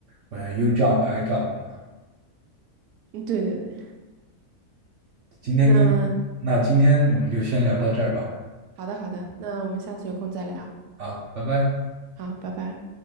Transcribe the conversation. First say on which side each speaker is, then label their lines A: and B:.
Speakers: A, on the right; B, on the right.
A: 嗯，U Jump I Jump 嘛。
B: 嗯，对对对。
A: 今天跟，
B: 那
A: 那今天我们就先聊到这儿吧，
B: 好的好的，那我们下次有空再聊。
A: 啊，拜拜。
B: 好，拜拜。